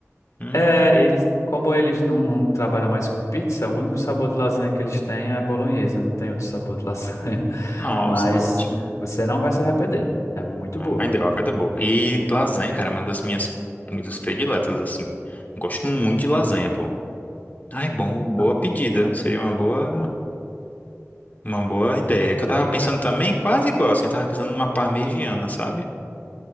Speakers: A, on the left; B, on the left.
A: Hum,
B: É, eles, como eles não, não trabalham mais com pizza, o único sabor de lasanha que eles têm é bolonhesa, não tem outro sabor de lasanha. <laughs>
A: nossa,
B: Mas
A: ótimo.
B: você não vai se arrepender. É muito boa.
A: Ai, deu água da boca. E lasanha, cara, é uma das minhas comidas prediletas, assim. Gosto muito de lasanha, pô. Ai, bom, boa
B: Não.
A: pedida. Seria uma boa, uma boa ideia. Que eu tava pensando também, quase igual, assim, eu tava pensando numa parmegiana, sabe?